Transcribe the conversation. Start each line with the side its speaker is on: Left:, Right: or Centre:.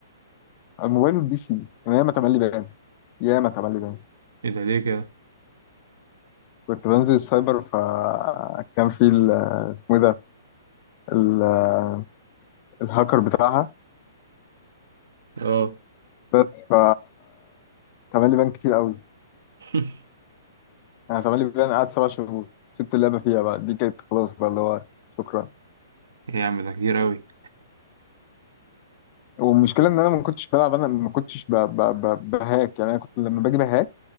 Left: على الموبايل والبي سي يعني ياما تملي بيان ياما تملي بيان
Right: ايه ده ليه كده
Left: كنت بنزل السايبر فكان في ال- اسمه إيه ده ال- الهاكر بتاعها
Right: اه
Left: بس ف اتعمل لي بان كتير قوي
Right: <laughs>
Left: انا اتعمل لي بان قعد سبع شهور سبت اللعبه فيها بقى دي كانت خلاص بقى اللي هو شكرا
Right: ايه يا عم ده كتير قوي
Left: والمشكله ان انا ما كنتش بلعب انا ما كنتش ب- ب- ب- بهاك يعني انا كنت لما باجي بهاك